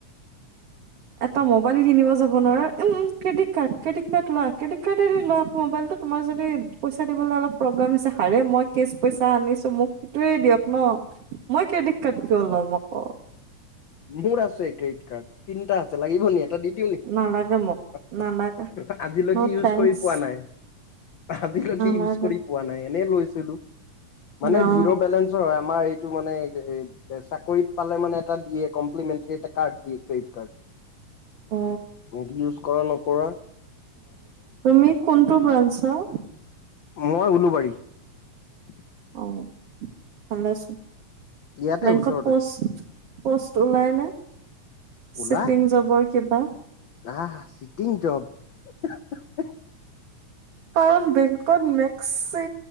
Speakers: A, on the right; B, on the left.
A: <unintelligible> এটা মোবাইল কিনিব যাব নোৱাৰ উম ক্ৰেডিট কাৰ্ড ক্ৰেডিট কাৰ্ড ল ক্ৰেডিট কাৰ্ড দি ল আকৌ মোবাইলটো। তোমাৰ যদি পইচা দিবলৈ অলপ প্ৰব্লেম হৈছে হাৰে মই কেচ পইচা আনিছো মুখ <inaudible> ন মই ক্ৰেডিট কাৰ্ড কিয় লম আকৌ।
B: মোৰ আছে ক্ৰেডিট <unintelligible> তিনিটা আছে লাগিব ন <unintelligible> দি দিওঁ নেকি
A: নালাগে মোক
B: <unintelligible>
A: নালাগে
B: আজিলৈকে
A: ন'
B: ইউজ
A: থেংকচ
B: কৰি পোৱা নাই আজিলৈকে
A: নালাগে
B: ইউজ কৰি পোৱা নাই। এনেই লৈছিলো মানে
A: অ
B: জিৰ' বেলেঞ্চৰ হয় আমাৰ এইটো মানে এ এ চাকৰিত পালে মানে এটা দিয়ে। কম্প্লিমেটাৰী এটা কাৰ্ড দি ক্ৰেডিট কাৰ্ড।
A: অ
B: <unintelligible> <unintelligible> নপৰা
A: তুমি কোনটো ব্ৰাঞ্চৰ?
B: মই উওলোবাৰী। <inaudible>
A: ও ভালে আছো।
B: ইয়াতে
A: বেংকত
B: ওচৰতে
A: পষ্ট পষ্ট অলাইন ন
B: ওলা
A: চিটিং জবৰ কিবা।
B: আহ চিটিং জব উহঃ উহঃ
A: কাৰণ বেংকত মেক্সি